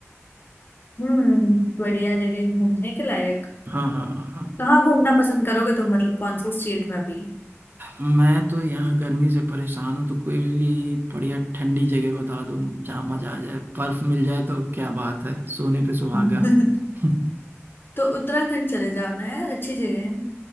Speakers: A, on the left (about 45°); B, on the right (about 45°).
A: हम्म बढ़िया जगह घूमने के लायक
B: हाँ हाँ हाँ हाँ
A: कहाँ घूमना पसंद करोगे तुम मतलब कौन से स्टेट में अभी
B: मैं तो यहाँ गर्मी से परेशान हूँ तो कोई बढ़िया ठंडी जगह बता दो जहाँ मजा आ जाए बर्फ मिल जाए तो क्या बात है सोने पे सुहागा
A: <laughs>
B: <laughs>
A: तो उत्तराखंड चले जाओ ना यार अच्छी जगह है